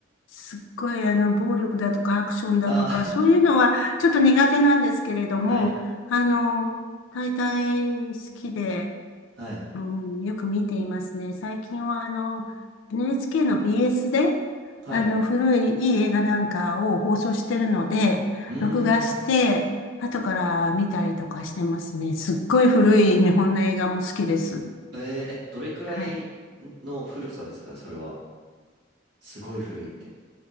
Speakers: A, on the left (about 75°); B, on the right (about 60°).
A: すっごいあの、暴力だとかアクションだとか、
B: あ
A: そういうのはちょっと苦手なんですけれども、
B: あ <laughs> はい。
A: あのー大体好きで、
B: はい。
A: うん、よく見ていますね。最近はあの、NHK の BS で、
B: はい。
A: あの、古いいい映画なんかを放送してるので、
B: うーん。
A: 録画して、後から見たりとかしてますね。すっごい古い日本の映画も好きです。
B: えーえ、どれくらいの古さですかそれは。
A: はい。
B: すごい古いって。